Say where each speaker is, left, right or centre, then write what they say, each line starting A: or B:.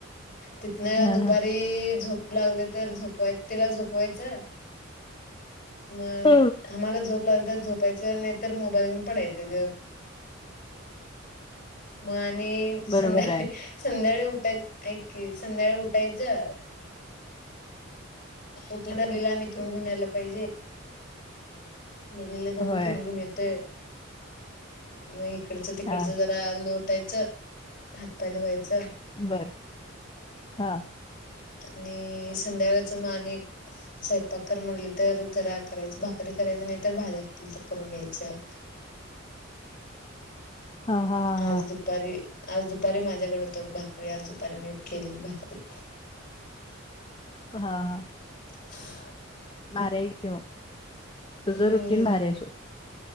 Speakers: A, on the left; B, on the left.
A: तिथन
B: हा
A: दुपारी
B: हा
A: झोप लागले तर झोपवाय तिला झोपवायचं मग
B: हो,
A: आम्हाला झोप लाल तर झोपायचं नाहीतर मोबाईलुन पडायचं गप. मग आणि संध्या
B: बरोबर आहे
A: संध्याळी उठाय, ऐक की संध्याळी उठायचं. उठलं <unintelligible> घेऊन यायला पाहिजे. मेलीला जाऊन
B: होय
A: फिरुन घेऊन येतोय, मग इकडचं तिकडचं
B: हा
A: झा आ लोटायचं, हातपाय धुवायचं.
B: बर, हा.
A: आणि संध्याकाळच म अनेक स्वयपाक कर म्हणली तर जरा करायचं, भाकरी करायची नाही तर भाज्या कुठल्या तर करून घ्यायचं.
B: हा हा
A: आज
B: हा
A: दुपारी आज दुपारी माझ्याकडे होत भाकरी, आज दुपारी मी केली भाकरी.
B: अहा हा.
A: <inaudible>
B: भारी हाय की म, तुझं
A: हम्म
B: रुटीन भारी हाय सोड.